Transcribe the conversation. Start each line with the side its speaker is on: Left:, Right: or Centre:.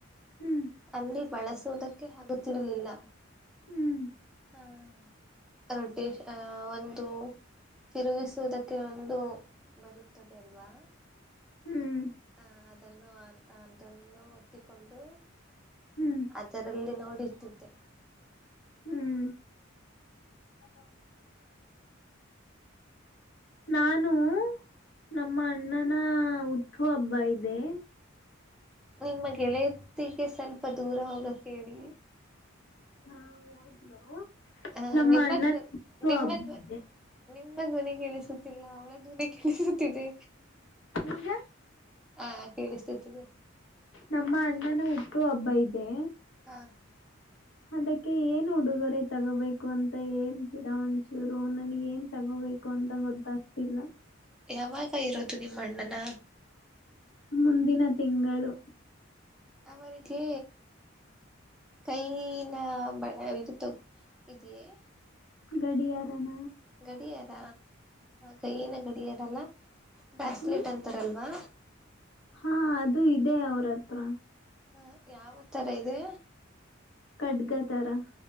Left: ಹ್ಮ್
Centre: ಅಲ್ಲಿ ಬಳಸೋದಕ್ಕೆ ಹಾಗು ತ್ತಿರ್ಲಿಲ್ಲ.
Left: ಹ್ಮ್
Centre: ಆ ರೊಟೆಷ್ ಒಂದು ತಿರುಗಿಸುವುದಕ್ಕೆ ಒಂದು ಬರುತ್ತದೆ ಅಲ್ವಾ.
Left: ಹ್ಮ್ ಹ್ಮ್
Centre: ಹ ಅದನ್ನು ಅದನ್ನು ಒತ್ತಿಕೊಂಡು
Left: ಹ್ಮ್
Centre: ಅದರಲ್ಲಿ ನಾವು ರ್ತಿದ್ದೆ.
Left: ಹ್ಮ್ ಹಲೋ ನಾನು ನಮ್ಮಣ್ಣನ ಹುಟ್ಟು ಹಬ್ಬ ಇದೆ.
Centre: ನಿಮ್ಮ ಗೆಳೆತಿಗೆ ಸ್ವಲ್ಪ ದೂರ ಹೋಗಕ್ಕೇಳಿ.
Left: ಹಾ ಹೋದ್ಲು.
Centre: ಹ
Left: ನಮ್ಮ
Centre: ನಿಮ್ಮ
Left: ಅಣ್ಣಂದು ಹುಟ್ಟು
Centre: ನಿಮ್ಮ
Left: ಹಬ್ಬ ಇದೆ.
Centre: ನಿಮ್ಮ ಧ್ವನಿ ಕೇಳಿಸುತ್ತಿಲ್ಲ ಅವಳ ಧ್ವನಿ ಕೇಳಿಸುತ್ತಿದೆ.
Left: ಈಗ
Centre: ಹಾ ಕೇಳುಸ್ತುತಿದೆ.
Left: ನಮ್ಮ ಅಣ್ಣನ ಹುಟ್ಟು ಹಬ್ಬ ಇದೆ.
Centre: ಹಾ
Left: ಅದಕ್ಕೆ ಏನ್ ಉಡುಗೊರೆ ತಗೋಬೇಕು ಅಂತ ಹೇಳ್ತೀರಾ ಒಂಚೂರು ನನ್ಗೇನ್ ತಗೋಬೇಕು ಅಂತ ಗೊತ್ತಾಗ್ತಿಲ್ಲ.
Centre: ಯಾವಾಗ ಇರೋದು ನಿಮ್ಮ ಅಣ್ಣನ
Left: ಮುಂದಿನ ತಿಂಗಳು.
Centre: ಅವರಿಗೆ ಕೈನ ಬ ಇದು ತುಗೊ ಇದಿಯೇ?
Left: ಗಡಿಯಾರನ?
Centre: ಗಡಿಯಾರ ಕೈಯಿನ ಗಡಿಯಾರಲ್ಲ. ಬ್ರಾಸ್ಲೆಟ್
Left: ಹ್ಮ್
Centre: ಅಂತಾರಲ್ವಾ.
Left: ಹಾ ಅದು ಇದೆ ಅವ್ರತ್ರ.
Centre: ಹಾ ಯಾವ್ತರ ಇದೆ?
Left: ಕಡ್ಗ ತರಾ.